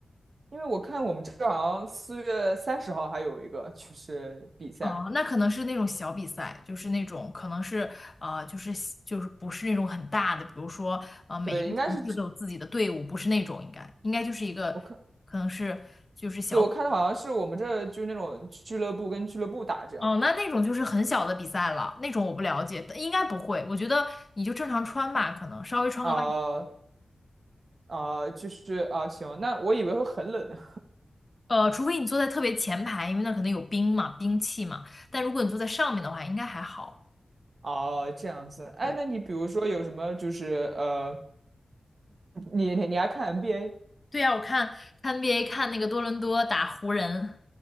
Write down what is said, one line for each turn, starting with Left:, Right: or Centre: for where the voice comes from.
Right: 因为我看我们这儿好像四月三十号还有一个就是比赛，
Left: 哦，那可能是那种小比赛，就是那种可能是呃，就是就是不是那种很大的，比如说呃，每一个城市都有自己的队伍，
Right: 对，应该是
Left: 不是那种应该应该就是一个可能是就是小比
Right: 我看，对我看的好像是我们这儿就是那种俱乐部跟俱乐部打这样，
Left: 哦，那那种就是很小的比赛了，那种我不了解，应该不会。我觉得你就正常穿吧，可能稍微穿个外，
Right: 啊、啊、就是啊、行，那我以为会很冷呢。
Left: 呃，除非你坐在特别前排，因为那可能有兵嘛，兵器嘛。器但如果你坐在上面的话，应该还好，
Right: 哦，这样子。哎，
Left: 对。冰
Right: 那你比如说有什么就是呃，你你你还看 NBA
Left: 对呀，我看看 NBA 看那个多伦多打湖人，